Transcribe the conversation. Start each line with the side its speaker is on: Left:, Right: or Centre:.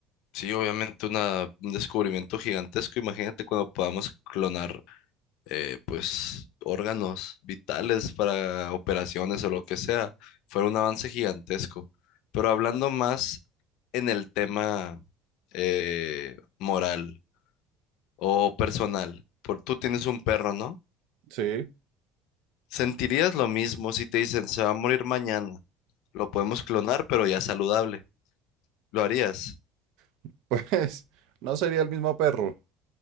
Left: sí, obviamente una, un descubrimiento gigantesco. Imagínate cuando podamos clonar, eh, pues, órganos vitales para operaciones o lo que sea. Fue un avance gigantesco. Pero hablando más en el tema eh, moral o personal, por, tú tienes un perro, ¿no?
Right: Sí,
Left: ¿Sentirías lo mismo si te dicen se va a morir mañana? Lo podemos clonar, pero ya saludable? ¿Lo harías?
Right: <laughs> pues no sería el mismo perro.